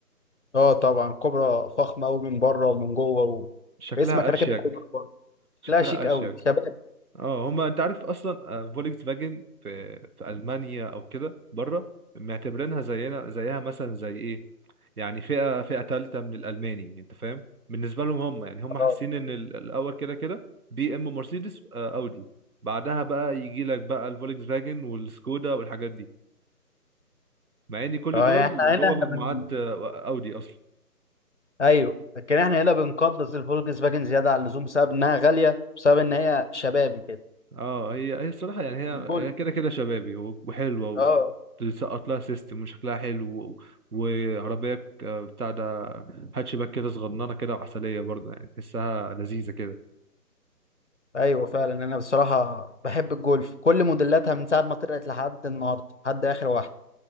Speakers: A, on the left (about 50°); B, on the right (about 65°).
A: اه طبعا كوبرا فخمة قوي من بره ومن جوه و...
B: شكلها
A: اسمك راكب
B: اشيك
A: كوبرا برضه
B: شكلها
A: لا شيك
B: اشيك
A: قوي شباب
B: اه هما انت عارف اصلا آه، فولكس فاجن في في المانيا او كده بره معتبرينها زينا زيها مثلا زي ايه يعني فئة فئة تالتة من الألماني أنت فاهم بالنسبة لهم هم يعني هم حاسين
A: اه
B: إن ال- الأول كده كده بي إم مرسيدس آه، أودي بعدها بقى يجي لك بقى الفولكس فاجن والسكودا والحاجات دي مع إن كل
A: اه
B: دول
A: يعني احنا
B: جوه
A: هنا احنا
B: مجموعات
A: بن
B: آه، أودي أصلا
A: ايوه لكن احنا هنا بنقدس الفولكس فاجن زيادة عن اللزوم بسبب انها غالية بسبب ان هي شبابي كده
B: اه هي هي الصراحة يعني هي
A: الجولف
B: هي كده كده شبابي و- وحلوة
A: اه
B: وتسقط لها سيستم وشكلها حلو و- وعربية آه، بتاع ده هاتشباك كده صغننة كده وعسلية برضه يعني تحسها لذيذة كده
A: ايوه فعلا انا بصراحة بحب الجولف كل موديلاتها من ساعة ما طلعت لحد النهارده لحد اخر واحدة